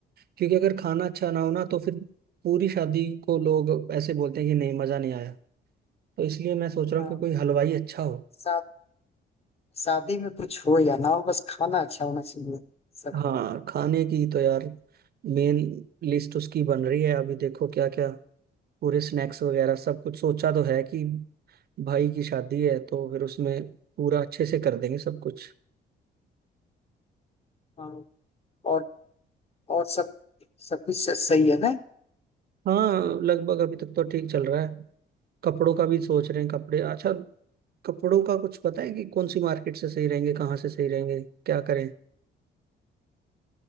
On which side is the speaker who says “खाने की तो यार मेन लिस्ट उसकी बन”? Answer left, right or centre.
Right